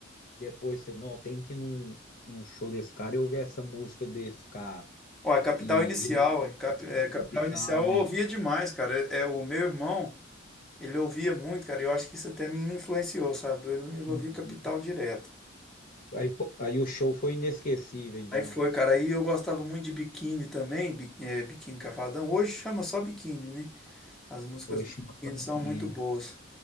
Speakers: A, on the left; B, in the centre.
A: Depois você, não, tem que ir num, num show desse cara e ouvir essa música desse cara.
B: Ó, é Capital
A: E
B: Inicial,
A: Rio
B: é, Cap- é, Capital
A: Capital,
B: Inicial
A: né?
B: eu ouvia demais, cara. É, é o meu irmão, ele ouvia muito, cara, e eu acho que isso até me influenciou, sabe? Ele, ele
A: Uhum.
B: ouvia Capital direto.
A: Aí, fo- aí o show foi inesquecível, então.
B: Aí foi, cara, aí eu gostava muito de Biquíni também, Bi- é, Biquíni Cavadão. Hoje chama só Biquíni, né? As músicas
A: Hoje
B: do
A: chama
B: Kikini
A: Sabiquine.
B: são muito boas.